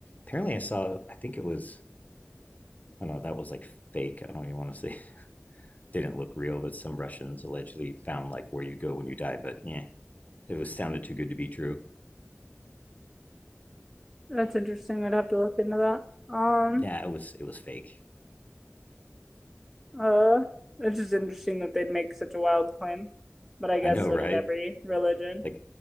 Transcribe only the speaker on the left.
apparently I saw I think it was I don't know, that was like fake. I don't even want to say <laughs> didn't look real, but some Russians allegedly found like where you go when you die, but yeah, It was sounded too good to be true.
Nah, it was it was fake.
I know,
right?
Like